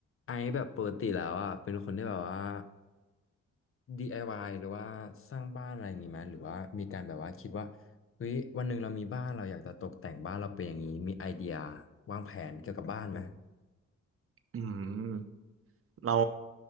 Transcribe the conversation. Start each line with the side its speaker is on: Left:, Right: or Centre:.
Left: ไอซ์แบบปกติแล้วอ่ะเป็นคนที่แบบว่า DIY หรือว่าสร้างบ้านอะไรอย่างงี้ไหมหรือว่ามีการแบบว่าคิดว่าเฮ้ยวันหนึ่งเรามีบ้านเราอยากจะตกแต่งบ้านเราเป็นอย่างนี้มีไอเดียวางแผนเกี่ยวกับบ้านไหม
Right: อืมเรา